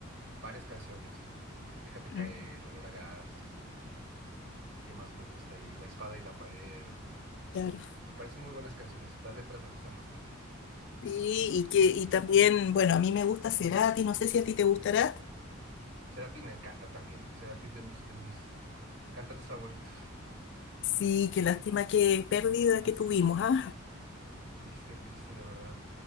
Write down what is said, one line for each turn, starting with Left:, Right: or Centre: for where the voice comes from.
Right: varias canciones. ¿no? Déjate caer,
Left: Mm,
Right: Olor a gas, eh, ¿qué más me gusta? Y La espada y la pared.
Left: Claro.
Right: Me parecen muy buenas canciones. Las letras me gustan bastante.
Left: Sí, y que y también, bueno, a mí me gusta Cerati, no sé si a ti te gustará.
Right: Cerati me encanta también. Cerati es de mis, de mis cantantes favoritos.
Left: Sí, qué lástima, qué pérdida que tuvimos, ¿ah?
Right: Triste, triste de verdad.